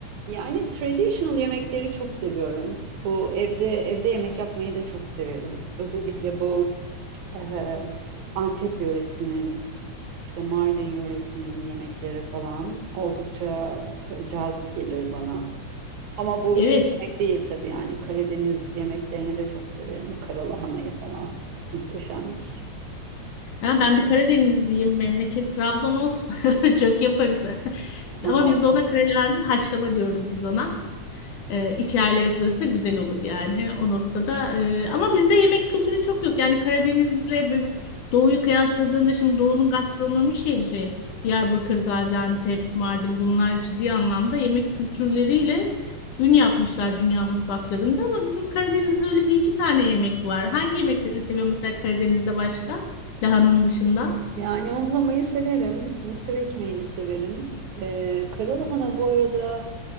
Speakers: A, on the right; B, on the left.
A: Yani traditional yemekleri çok seviyorum. Bu evde evde yemek yapmayı da çok severim. Özellikle bu eh, Antep yöresinin, işte Mardin yöresinin yemekleri falan oldukça böyle cazip gelir bana. Ama bu
B: Evet.
A: şey yemek değil tabii yani Karadeniz yemeklerini de çok severim. Karalahanayı falan muhteşemdir.
B: Ya ben bir Karadenizliyim. Memleket Trabzon of. <laughs> Çok yaparız. <laughs>
A: Ama
B: Ama
A: harika.
B: biz de ona karalahandın haşlama diyoruz biz ona. E, içerle yapılırsa güzel olur yani o noktada. E, ama bizde yemek kültürü çok yok. Yani Karadeniz'le ve Doğu'yu kıyasladığında şimdi Doğu'nun gastronomi şehri Diyarbakır, Gaziantep, Mardin bunlar ciddi anlamda yemek kültürleriyle ün yapmışlar dünya mutfaklarında ama bizim Karadeniz'de öyle bir iki tane yemek var. Hangi yemekleri seviyor mesela Karadeniz'de başka? Lahananın dışında.
A: Yani ohlamayı severim. Mısır ekmeğini severim. Ee, karalahana bu arada